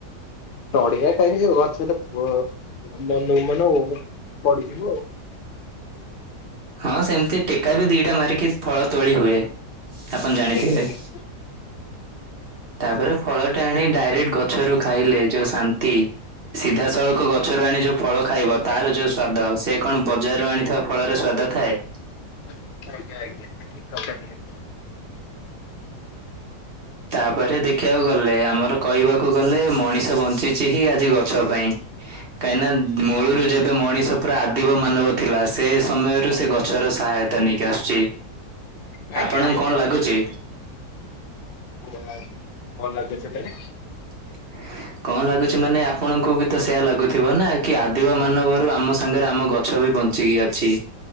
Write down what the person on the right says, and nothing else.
ହଁ ସେମିତି ଟେକା ବି ଦିଟା ମାରିକି ଫଳ ତୋଳି ହୁଏ, ଆପଣ ଜାଣିଥିବେ?
ତାପରେ ଫଳ ଟା ଆଣି ଡାଇରେକ୍ଟ ଗଛରୁ ଖାଇଲେ, ଯୋଉ ଶାନ୍ତି ସିଧାସଳଖ ଗଛରୁ ଆଣି ଯୋଉ ଫଳ ଖାଇବ ତାର ଯୋଉ ସ୍ଵାଦ, ସେ କଣ ବଜାରରୁ ଆଣିଥିବା ଫଳର ସ୍ୱାଦ ଥାଏ।
ତାପରେ ଦେଖିବାକୁ ଗଲେ, ଆମର କହିବାକୁ ଗଲେ, ମଣିଷ ବଞ୍ଚିଛି ହିଁ ଆଜି ଗଛ ପାଇଁ। କାହିଁକିନା ମୂଳରୁ ଯେବେ ମଣିଷ ପୁରା ଆଦିବ ମାନବ ଥିଲା, ସେ ସମୟରୁ ସେ ଗଛର ସାହା ନେଇକି ଆସୁଚି,
ଆପଣଙ୍କୁ
କଣ ଲାଗୁଚି?
<unintelligible> କଣ ଲାଗୁଛି ମାନେ ଆପଣଙ୍କୁ ବି ତ ସେୟା ଲାଗୁଥିବ ନା, କି ଆଦିବ ମାନବରୁ ଆମ ସାଙ୍ଗରେ ଆମ ଗ ଗଛ ବି ବଞ୍ଚିକି ଅଛି